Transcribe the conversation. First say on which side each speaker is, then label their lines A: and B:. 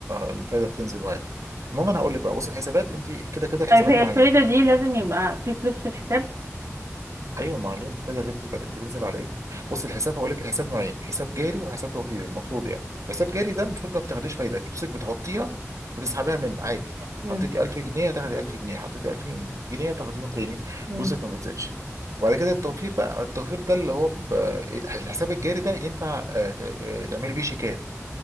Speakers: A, on the right; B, on the right.
A: الفايده بتنزل وعادي المهم انا هقول لك بقى بص الحسابات انت كده كده الحسابات
B: طيب هي
A: نوعين
B: الفايدة دي لازم يبقى في فلوس في الحساب
A: ايوه ما عليه المنتدى ده بيبقى- بينزل على ايه بص الحساب هقول لك الحساب نوعين حساب جاري وحساب توفيري المفروض يعني حساب جاري ده المفروض ما بتاخديش فايده فلوسك بتحطيها وتسحبيها من عادي
B: مم.
A: حطيتي 1000 جنيه هتاخدي 1000 جنيه حطيتي 2000 جنيه هتاخديهم تاني
B: مم.
A: فلوسك ما بتزيدش وبعد كده التوفير بقى التوفير ده اللي هو ب... إيه، الحساب الجاري ده ينفع آه، ت- آه، تعملي بيه شيكات